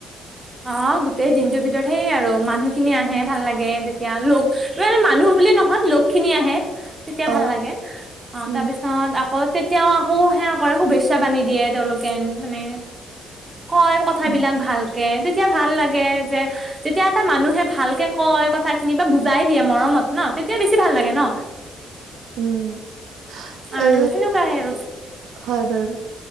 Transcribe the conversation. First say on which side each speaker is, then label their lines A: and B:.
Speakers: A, on the right; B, on the right.
A: অ গোটেই দিনটোৰ ভিতৰত হেই আৰু মানুহখিনি আহে ভাল লাগে তেতিয়া লগে মানুহ বুলে নহয় লোক খিনি আহে তেতিয়া ভাল
B: অ'
A: লাগে অ
B: উম,
A: তাৰপিছত আকৌ তেতিয়াও আকৌ সেয়া কৰে শুভেচ্ছা বান্ধি দিয়ে তেওঁলোকে মানে কয় কথাবিলাক
B: উম,
A: ভাল কে তেতিয়া ভাল লাগে যে যেতিয়া এটা মানুহে ভালকে কয় কথা খিনি বা বুজাই দিয়ে মৰমত ন তেতিয়া বেছি ভাল লাগে ন
B: উম এ
A: আৰু সেনেকুৱাই আৰু
B: হয় বাৰু